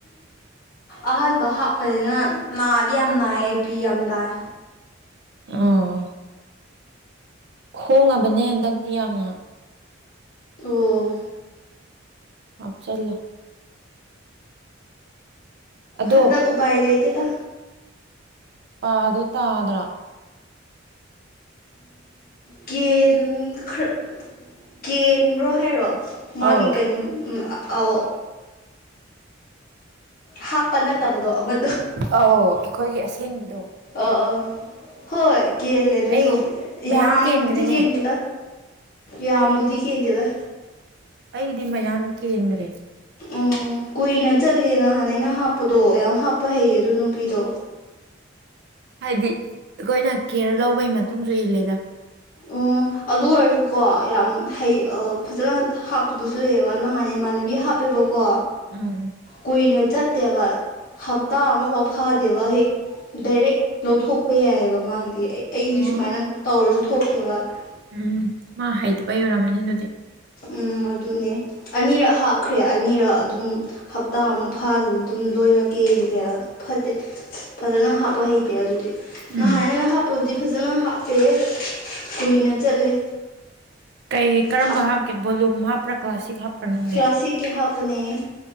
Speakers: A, on the left; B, on the right.
A: ꯑꯍꯥꯟꯕ ꯍꯥꯞꯄꯅꯤꯅ ꯅꯥꯗꯤ ꯌꯥꯝ ꯅꯥꯏꯌꯦ ꯕꯤ ꯌꯥꯝ ꯇꯥꯏ
B: ꯑꯥ ꯍꯣꯡꯉꯕꯅꯦ ꯍꯟꯗꯛꯇꯤ ꯌꯥꯝꯅ
A: ꯑꯣ
B: ꯍꯄꯆꯜꯂꯣ ꯑꯗꯣ
A: ꯍꯟꯗꯛ ꯎꯄꯥꯏ ꯂꯩꯇꯦꯗ
B: ꯄꯥ ꯑꯗꯨ ꯇꯥꯗ꯭ꯔ
A: ꯀꯦꯟ ꯈꯔ ꯀꯦꯟꯕ꯭ꯔꯣ ꯍꯥꯏꯔꯣ ꯃꯥꯒꯤ
B: ꯑꯧ
A: ꯀꯩꯅꯣꯝ ꯑꯑꯣ ꯍꯥꯞ ꯄꯟꯅ ꯇꯕꯗꯣ ꯑꯃ
B: ꯑꯧ ꯑꯩꯈꯣꯏꯒꯤ ꯑꯁꯦꯡꯕꯗꯣ
A: ꯑꯥ ꯑꯥ ꯍꯣꯏ ꯀꯦꯜꯂꯦ ꯑꯗꯨꯁꯨ
B: ꯑꯩ ꯃꯌꯥꯝ
A: ꯌꯥꯝꯕꯨꯗꯤ
B: ꯀꯦꯟꯈ꯭ꯔꯦꯅꯦ
A: ꯀꯦꯗꯗ ꯌꯥꯝꯕꯕꯨꯗꯤ ꯀꯦꯗꯦꯗ
B: ꯑꯩꯗꯤ ꯃꯌꯥꯝ ꯀꯦꯟꯈ꯭ꯔꯦ
A: ꯎꯝ ꯀꯨꯏꯅ ꯆꯠꯂꯦ ꯅꯍꯥꯟ ꯑꯩꯅ ꯍꯥꯞꯄꯗꯣ ꯌꯥꯝ ꯍꯥꯞꯄ ꯍꯩꯌꯦ ꯑꯗꯨ ꯅꯨꯄꯤꯗꯣ
B: ꯍꯥꯏꯗꯤ ꯑꯩꯈꯣꯏꯅ ꯀꯦꯌꯔ ꯂꯧꯕꯒꯤ ꯃꯇꯨꯡꯁꯨ ꯏꯜꯂꯦꯗ
A: ꯎ ꯑꯗꯨ ꯑꯣꯏꯔꯁꯨꯀꯣ ꯌꯥꯝ ꯍꯩ ꯐꯖꯅ ꯍꯥꯞꯇꯕꯁꯨ ꯂꯩꯌꯦꯕ ꯅꯍꯥꯟ ꯏꯃꯥꯟꯅꯕꯤ ꯍꯥꯞꯄꯦꯕ ꯄꯣ
B: ꯎꯝ
A: ꯀꯨꯏꯅ ꯆꯠꯇꯦꯕ ꯍꯞꯇꯥ ꯑꯃꯐꯥꯎ ꯐꯗꯦꯕ ꯍꯦꯛ ꯗꯥꯏꯔꯦꯛ ꯂꯧꯊꯣꯛꯄ ꯌꯥꯏꯑꯕ ꯃꯥꯒꯤ ꯑꯩꯗꯤ
B: ꯑꯣ
A: ꯁꯨꯃꯥꯏꯅ ꯇꯧꯔꯁꯨ <unintelligible>
B: ꯎꯝ ꯃꯥ ꯍꯥꯏꯇꯕꯩ ꯑꯣꯏꯔꯝꯅꯤ ꯑꯗꯨꯗꯤ
A: ꯎꯝ ꯑꯗꯨꯅꯦ ꯑꯅꯤꯔꯛ ꯍꯥꯞꯈ꯭ꯔꯦ ꯑꯅꯤꯔꯛ ꯑꯗꯨꯝ ꯍꯞꯇꯥꯃꯨꯛ ꯐꯥꯗꯕꯤꯗ ꯑꯗꯨꯝ ꯂꯣꯏꯅ ꯀꯦꯟꯈ꯭ꯔꯦ ꯐꯇꯦ ꯐꯖꯅ ꯍꯥꯞꯄ ꯍꯩꯇ ꯑꯗꯨꯗꯤ ꯅꯍꯥꯟꯅ
B: ꯎꯝ
A: ꯍꯥꯞꯄꯗꯨꯗꯤ ꯐꯖꯅ ꯍꯥꯞ ꯄꯦ ꯀꯨꯏꯅ ꯆꯠꯂꯦ
B: ꯀꯩ ꯀꯔꯝꯕ
A: ꯊꯥ
B: ꯍꯥꯞꯀꯦ ꯕꯣꯂꯨꯝ ꯍꯥꯞ ꯄ꯭ꯔ ꯀ꯭ꯂꯥꯁꯁꯤꯛ ꯍꯥꯞ ꯐꯝꯅꯤꯡꯗꯦ
A: ꯀ꯭ꯂꯥꯁꯤꯛꯀꯤ ꯍꯥꯞꯄꯅꯦ